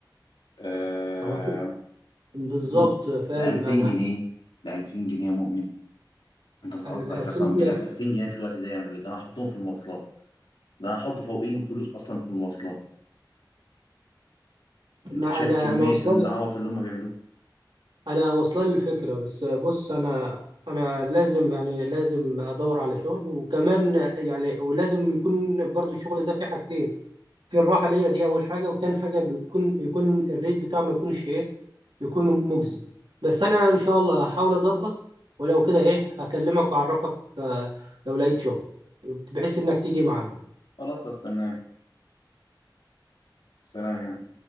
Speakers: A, on the left; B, on the right.
A: آه،
B: هو فكرة بالظبط
A: بتن-
B: فاهم
A: ده 2000
B: انا
A: جنيه ده 2000 جنيه يا مؤمن انت بتهزر
B: ال- الفكره
A: قسما بالله في 2000 جنيه في الوقت ده يعملوا ايه ده انا هحطهم في المواصلات ده انا هحط فوقيهم فلوس اصلا في المواصلات
B: ما
A: انت شايف
B: انا
A: كمية
B: انا واصله
A: العبط اللي هم بيعملوه
B: انا واصله لي الفكره بس بص انا انا لازم يعني لازم ادور على شغل وكمان يعني ولازم يكون برضو الشغل ده فيه حاجتين في الراحه ليا دي اول حاجه وتاني حاجه بيكون يكون الريت بتاعه ما يكونش ايه يكون مجزي بس انا ان شاء الله هحاول اظبط ولو كده ايه هكلمك واعرفك آه، لو لقيت شغل بحيث انك تيجي معايا
A: خلاص هستناك سلام يعني